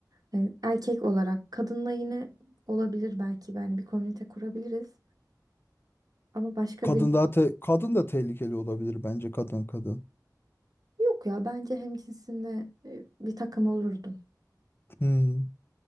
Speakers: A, on the right; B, on the left.
A: Yani erkek olarak kadınla yine olabilir belki yani bir komünite kurabiliriz. Ama başka
B: kadın daha te- kadın da tehlikeli olabilir bence kadın kadın.
A: Yok ya bence hemcinsimle e, bir takım olurdum.
B: Hmm.